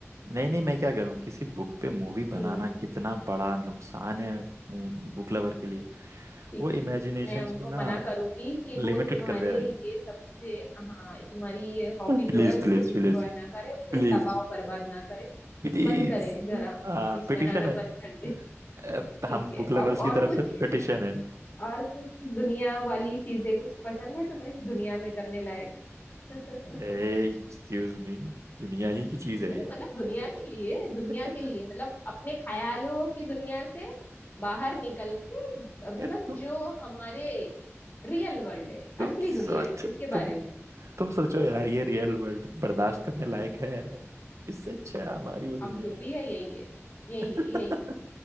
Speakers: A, on the right; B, on the left.
A: नहीं नहीं मैं क्या कर रहा हूँ किसी बुक पे मूवी
B: हम्म
A: बनाना कितना बड़ा नुकसान है बुक लवर के लिए
B: ठीक
A: वो इमेजिनेशंस
B: है मैं उनको
A: को ना
B: मना करूंगी कि
A: लिमिटेड
B: वो तुम्हारे
A: कर दे रहे
B: ये सबसे हाँ तुम्हारी ये हॉबी
A: हैं Please
B: जो है उसको
A: please
B: डिस्ट्रॉय
A: please
B: ना करे उसे
A: please
B: तबाह और बर्बाद ना करे
A: please
B: बंद करे जरा प्लीज
A: हाँ पिटिशन
B: बनाना
A: है
B: बंद कर दे
A: अ,
B: ठीक
A: हम
B: है
A: बुक लवर्स
B: और
A: की
B: और
A: तरफ
B: कुछ
A: से पिटिशन है
B: और कुछ दुनिया वाली चीजें कुछ पसंद है तुम्हें दुनिया में करने लायक <laughs>
A: एक्सक्यूज मी दुनिया ही की चीज
B: हम्म
A: है ये
B: मतलब दुनिया के लिए दुनिया
A: <laughs>
B: के लिए मतलब अपने ख्यालों की दुनिया से बाहर निकल के मतलब
A: ये तुम
B: जो हमारे रियल वर्ल्ड है
A: तुम
B: असली
A: सोचो
B: दुनिया है उसके
A: तुम
B: बारे में
A: तुम सोचो यार ये रियल वर्ल्ड बर्दाश्त करने लायक है इससे अच्छा हमारी वो
B: अब
A: दुनिया
B: जो भी है यही है यही
A: है
B: है
A: <laughs>
B: यही है